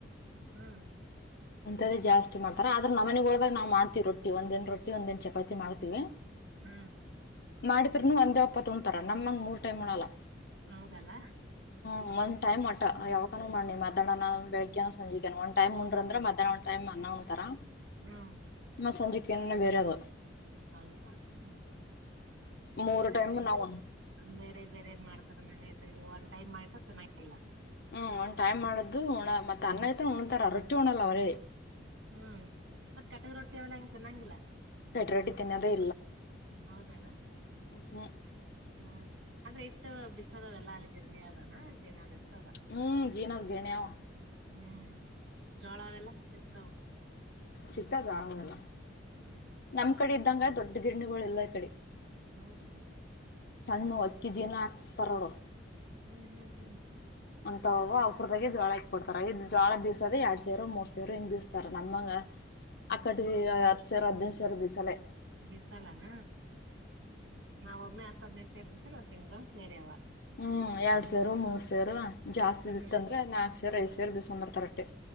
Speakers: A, on the right; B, on the left.
A: ಹ್ಮ.
B: ಒಂತದೇ ಜಾಸ್ತಿ ಮಾಡ್ತಾರ ಆದ್ರ ನಮ್ಮನೆಗ್ಗ ಒಳಾಗ ನಾವ ಮಾಡ್ತವ ರೋಟ್ಟಿ ಒಂದ್ ದಿನ ರೊಟ್ಟಿ ಒಂದ್ ದಿನ ಚಪಾತಿ ಮಾಡ್ತೀವಿ.
A: ಹ್ಮ.
B: ಮಾಡಿದ್ರುನು ಒಂದ ಓಪ್ಪತ್ ಉನತಾರ ನಮ್ಮಂಗ ಮೂರ್ ಟೈಮ್ ಉಣಲ್ಲ.
A: ಹೌದಲ್ಲ
B: ಹ್ಮ ಒಂದ್ ಟೈಮ್ ಮಟ
A: ಹ್ಮ್
B: ಯಾವ ಮಾಡ ನೀ ಮಧ್ಯಾಹ್ನ ಬೆಳಗ್ನ ಸಂಜಗ ಒನ್ ಟೈಮ್ ಮುಂಡ್ರ ಅ್ರ ಮಧ್ಯಾನ ಟಮ್ ಉಣತಾರ.
A: ಹ್ಮ.
B: ಮ ಸಂಜೆಕ ಏನ್ ಬೇರೆ ಅದ.
A: ಹೌದಾ
B: ಮೂರ
A: ಅಂದ್ರೆ
B: ಟೈಮ ನಾವ
A: ಬೇರೆ ಬೇರೆ ಮಾಡ್ತಾರ ನಂಗ ಆಯ್ತ ಈ ಒನ್ ಟೈಮ್ ಮಾಡಿರ ತಿನ್ನಗಿಲ್ಲ.
B: ಹ್ಮ ಒಂದ್ ಟೈಮ್ ಮಾಡ್ದ ಉಣ್ಣ ಮತ್ತ ಅನ್ನಯ್ತ ಉಣ್ಣಂತಾರ ರೊಟ್ಟಿ ಉಣಲ್ಲ ಅವರ
A: ಹ್ಮ ಮತ್ ಕಟಕ್ ರೊಟ್ಟಿಲ್ಲ ಹಂಗ ತಿನ್ನಂಗಲ್ಲ.
B: ಕಟ್ ರೊಟ್ಟಿ ತಿನ್ನೋದೇ
A: ಹೌದಲ್ಲ.
B: ಹ್ಮ.
A: ಹ್ಮ ಅಂದ್ರ ಇಟ್ಟ ಬಿಸದ ಎಲ್ಲಾ ಅಲ್ಲಿ ಗಿರಣಿ ಅದಾನ ಜೇನದ್ ಇರ್ತದ.
B: ಹ್ಮ ಜೀನದ ಗಿರ್ಣಿ ಅವ.
A: ಹ್ಮ ಜೊಳ ಅವೆಲ್ಲ ಸಿಗತವ.
B: ಸಿಗ್ತಾ ಜಾಳ ಅವೆಲ್ಲ
A: ಹ್ಮ.
B: ನಮ್ ಕಡೆ ಇದ್ದಂಗ ದೊಡ್ಡ ಗಿರಣಿಗಳ ಇಲ್ಲ ಈ ಕಡೆ
A: ಹೌದ.
B: ಸಣ್ಣ ಅಕ್ಕಿ ಜೀನ ಹಾಕಸ್ತಾರೋಡು.
A: ಹ್ಮ್ ಹ್ಮ್ ಹ್ಮ್.
B: ಅಂತವ ಅವಕ್ರದಾಗ ಜ್ವಾಳ ಇಕ್ ಕೊಡ್ತಾರ ಇ ಜೋಳ ಬೀಸೋದ ಎಡ್ ಸೇರು ಮೂರ ಸೇರು ಹಿಂಗ ಬಿಸ್ತಾರ ನಮ್ಮಂಗ
A: ಹ್ಮ್
B: ಅಕ್ಕಡಿ ಹತ್ತ ಸೆರ್ ಹದ್ನೈದ ಸೆರ್ ಬೀಸಲೇ
A: ಬಿಸಾಲನ ನಾವ ಒಮ್ಮೆ ಹತ್ತ ಹದನೇದ ಸೇರ್ ಬಿಸಿರ ಒಂದ್ ತಿಂಗಳ ಸೇರವ
B: ಹ್ಮ ಎಡ್ ಸೇರ ಮೂರ್ ಸೇರ ಜಾಸ್ತಿ
A: ಹ್ಮ್
B: ಇತ್ತ ಅಂದ್ರೆ ನಾಲ್ಕ ಸೇರ ಐದ ಸೇರ್ ಬೇಸಂಬರ್ ಅಟ್ಟೆ.